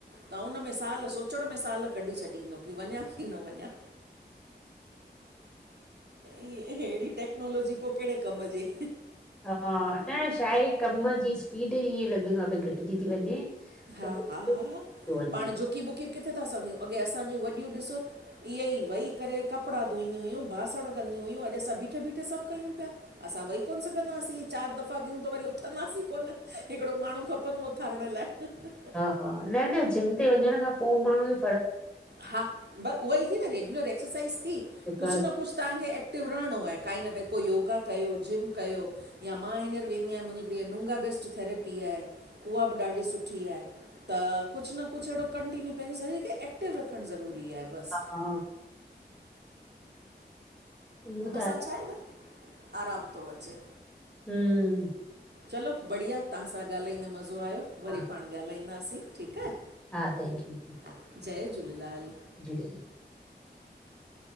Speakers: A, on the right; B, in the centre.
A: त उन में सालु सोचण में सालु कढी छॾींदो की, वञा की न वञा? ई हेड़ी टेक्नोलॉजी पो कहिड़े कमु जी
B: हा, न छाहे कमु जी स्पीड ईअं लॻंदो आहे भई घटिजी थी वञे।
A: हा
B: त पोइ
A: हा हा
B: थो वञे
A: पाण झुकी बुकी किथे ता सघूं, अॻे असांजी वॾियूं ॾिसो। इहे ई वई करे कपड़ा धोईंदी हुयूं, बासण कंदी हुयूं, अॼु असां बीठे बीठे सभु कयूं पिया। असां वेही कोन सघंदासीं चार दफ़ा वहूं त वरी उथंदासीं कोन हिकिड़ो माण्हू खपंदो उथारण लाइ। ह ह
B: हा हा न न जिम ते वञण खां पो माण्हू
A: हा, ब उहो ई थी न रेग्युलर एक्सरसाइज़ थी
B: डुकण
A: कुझु न कुझु तव्हांखे ए क्टिव रहिणो आहे काई न काई पो योगा कयो जिम कयो। या मां हींनर वेंदी आहियां मुंहिंजी नुंगा बेस्ट थैरेपी आहे उहा बि ॾाढी सुठी आहे। त कुछ न कुछ अहिड़ो कंटीन्यू पंहिंजे शरीर खे एक्टिव रखणु ज़रूरी आहे। बसि
B: ह हा उहो
A: हुन
B: त
A: सां छा आहे न, आरामु तो अचे।
B: हम्म
A: चलो बढ़िया तव्हांसां ॻाल्हाईंदे मज़ो आहियो वरी
B: हा,
A: पाण ॻाल्हाईंदासीं ठीकु आहे।
B: हा थैंक्यू।
A: हा जय झूलेलाल
B: जूरूेलाल